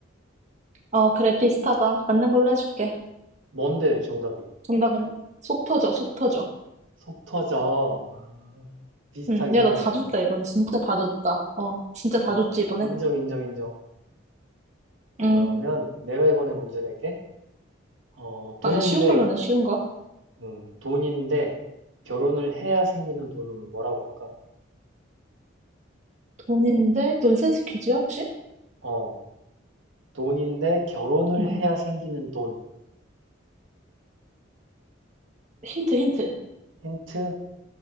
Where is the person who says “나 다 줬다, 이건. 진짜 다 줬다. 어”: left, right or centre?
Right